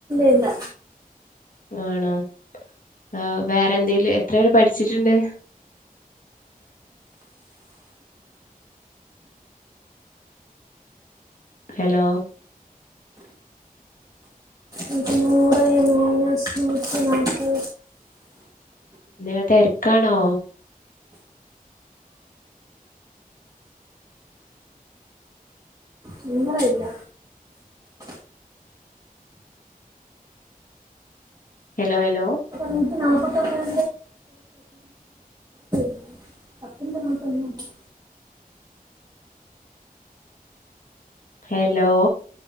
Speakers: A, on the right (about 25°); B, on the left (about 65°).
A: ഇല്ല
B: ആണോ ആഹ് വേറെന്തേലും എത്ര വരെ പഠിച്ചിട്ടുണ്ട് ഹെലോ
A: ഇരുന്നുറേ മൈനസ് നൂറ്റി നാപ്പത്
B: നിങ്ങൾ തെര്ക്കാണോ
A: ചില്ലറ ഇല്ല
B: ഹെലോ ഹെലോ
A: നൂറ്റി നാപ്പക്കന്റെെ <unintelligible> അപ്പന്ത നോട്ടന്ന <unintelligible>
B: ഹെലോ